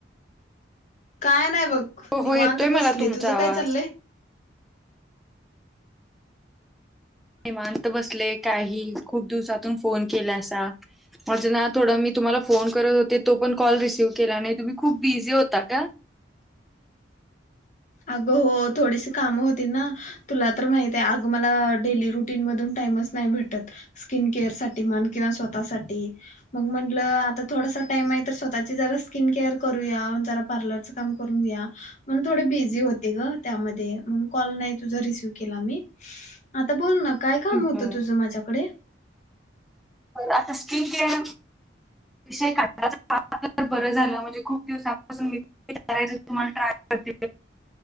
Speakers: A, on the left; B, in the centre.
A: काय नाही बघ
B: हो
A: निवांत
B: हो येतोय
A: बसले
B: मला तुमचा
A: तुझं
B: आवाज
A: काय चाललंय
B: निवात बसले काही खूप दिवसातून फोन केला असं. म्हजे ना थोडं मी तुम्हाला फोन करत होते तो पण कॉल रिसीव्ह केला नाही तुम्ही खूप बिझी होता का?
A: आगं हों थोडीशी कामं होती नां तुला तर माहिती आहे आगं मला डेली रुटीन मधून टाइमच नाही भेटत स्किन केअर साठी म्हण किंवा स्वतःसाठी मग म्हटलं आता थोडासा टाइम आहे तर स्वतःची जरा स्किन केअर करूया जरा पार्लरच काम करूया म थोड बिझी त्या क तुसव केला <unintelligible> आता बोल ना काय काम
B: बरं
A: होतं तुझं माझ्याकडे?
B: आता स्कीन केअर विषय <unintelligible> बरं झालं म्हणजे खूप दिवसांपासून मी विचायच तुम्हाला ट्राय करतेय